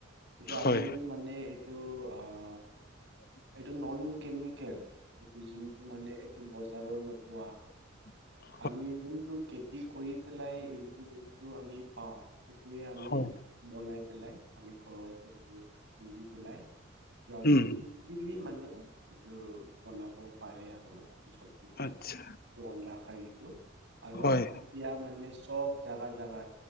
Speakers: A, on the right (about 60°); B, on the left (about 50°).
A: কিটো আমি
B: হয়
A: মানে এইটো আহ
B: <inaudible>
A: এইটো নন কেমিকেল এইটো যোনটো মানে এইটো বজাৰৰ নোপোৱা
B: <inaudible>
A: আমি যোনটো খেতি কৰি পেলাই এইটো যোনটো আমি পাওঁ সেইটোৱে আমি
B: হয়
A: বনাই পেলাই আমি ঘ যুনটো খুন্দি পেলাই ত আমি
B: উম
A: ইজিলি মানে টো বনাব পাৰে আৰু মানে। চবজিটো
B: আচ্ছা
A: অনলা শাৰীটো আৰু
B: হয়
A: এতিয়া মানে চ চব জাগা জাগাত,